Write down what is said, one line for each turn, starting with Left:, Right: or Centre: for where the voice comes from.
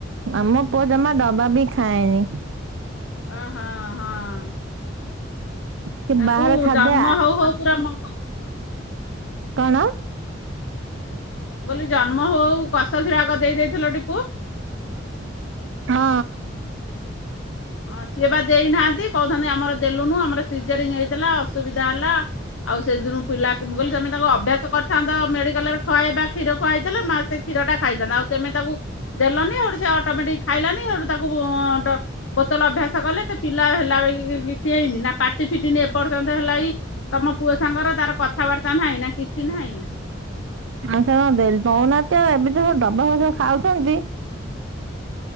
Right: ଆମ ପୁଅ ଜମା ଡବା ବି ଖାଏନି।
Left: ଓ ହଁ ହଁ।
Right: କି
Left: ତାକୁ
Right: ବାହାର ଖାଦ୍ୟ
Left: ଜନ୍ମ ହୋଉ ହୋଉ ପୁରା ମକ
Right: କଣ?
Left: ମୁଁ କହିଲି ଜନ୍ମ ହୋଉ ହୋଉ କଷ କ୍ଷୀର ଆଗ ଦେଇଥିଲ ଟି
Right: ହଁ।
Left: ହଁ ସିଏ ପା ଦେଇନାହାନ୍ତି କହୁଛନ୍ତି ଆମର ଦେଲୁନୁ ଆମର ସିଜରିଂ ହେଇଥିଲା ଅସୁବିଧା ହେଲା। ଆଉ ସେଦିନୁ ପିଲା କି ମୁଁ କହିଲି ତମେ ତାଙ୍କୁ ଅଭ୍ୟାସ କର ଥାନ୍ତ ମେଡିକାଲରେ ଖୁଆଇବା କ୍ଷୀର ଖୁଆଇଥିଲେ ମାଆ ସେ କ୍ଷୀରା ଖାଇଥାନ୍ତା ଆଉ ତେମେ ତାକୁ ଦେଲନି ହେଠୁ ସେ ଅଟୋମେଟିକ ଖାଇଲାନି ହେଠୁ ତାକୁ ଡ ବୋତଲ ଅଭ୍ୟାସ କଲେ ସେ ପିଲା ହେଲା ବାଗିକି କିଛି ହେଇନି ନା ପାଟି ଫିଟିନି ଏପର୍ ଏପର୍ଯ୍ୟନ୍ତ ହେଲା ଏଇ ତମ ପୁଅ ସାଙ୍ଗର ତାର କଥାବାର୍ତ୍ତା ନାହିଁ ନା କିଛି ନାହିଁ।
Right: ମୁଁ ସେୟା ଦେଲି ଦୋଉନାହାନ୍ତି ଆଉ ଏମିତି କଁ ଡବା ଫବା ଖାଉଚନ୍ତି